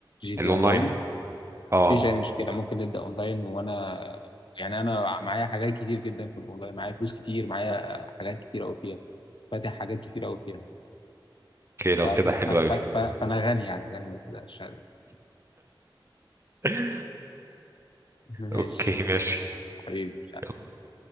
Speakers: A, on the left (about 70°); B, on the right (about 30°).
A: جي
B: الاونلاين
A: تي اونلاين
B: اه
A: مفيش أي مشكلة ممكن نبدأ أونلاين وأنا يعني أنا معايا حاجات كتير جدا في الأونلاين معايا فلوس كتير معايا حاجات كتير أوي فيها فاتح حاجات كتير أوي فيها
B: اوكي لو
A: فهت-
B: كده حلو
A: ف... ف...
B: قوي
A: ف... فأنا غني يعني غني ما تقلقش
B: <laughs>
A: <laughs> ماشي
B: اوكي ماشي
A: حبيبي
B: يلا،